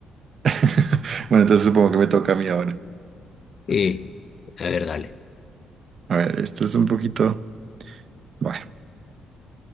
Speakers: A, on the right; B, on the left.
A: <laughs> Bueno, entonces supongo que me toca a mí ahora.
B: Eh, a ver, dale.
A: A ver, esto es un poquito... Bueno.